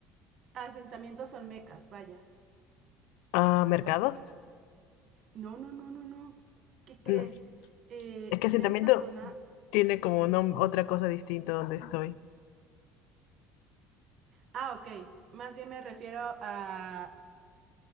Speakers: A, on the right; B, on the left.
A: asentamientos olmecas, vaya.
B: Ah, ¿mercados?
A: No, no, no, no, no. ¿Qué crees?
B: No.
A: Eh,
B: Es que asentamiento
A: de esta zona...
B: tiene como nom- otra cosa distinta donde estoy.
A: Ah, ok. Más bien me refiero a,